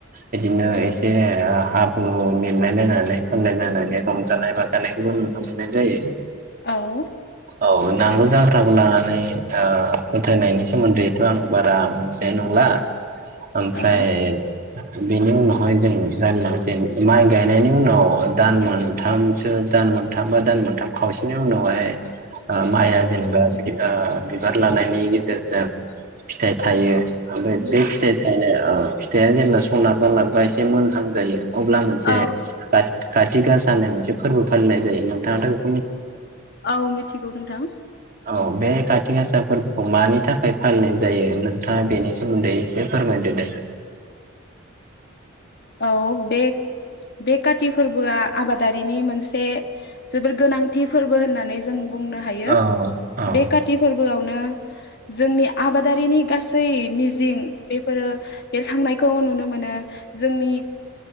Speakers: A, on the right; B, on the left.
A: बिदिनो एसे हाब्रु लिरलायलायनानै फोनलायलायनानै रंजानाय बाजानायखौबो नु मोननाय जायो
B: औ
A: औ नांगोल जांख्राखौ लानानै ओ फोथायनायनि सोमोन्दैथ' आं बारा मिथिनाय नंला ओमफ्राय
B: औ
A: बेनि उनावहाय जोङो रायलायलांसै माइ गायनायनि उनाव दान मोनथामसो दान मोन मोनथाम बा दान मोनथाम खावसेनि उनावहाय ओ माइआ जेनेबा बे ओ बिबार लानायनि गेजेरजों फिथाइ थायो ओमफ्राय बे फिथाइ थायनाय ओ फिथाइआ जेब्ला सना <unintelligible> एसे मोनहां जायो अब्ला मोनसे
B: औ
A: <unintelligible> खाथि गासा होननाय मोनसे फोरबो फालिनाय जायो नोंथांङाथ'
B: औ मिथिगौ नोंथां
A: औ बे काति गासा फोरबोखौ मानि थाखाय फालिनाय जायो नोंथाङा बेनि सोमोन्दै एसे फोरमायदो दे
B: औ बे बे काति फोरबोआ आबादारिनि मोनसे जोबोर गोनांथि फोरबो होननानै जों बुंनो हायो
A: औ औ
B: बे काति फोरबोआवनो जोंनि आबादारिनि गासै मिजिं बेफोरो एरखांनायखौ नुनो नो जोंनि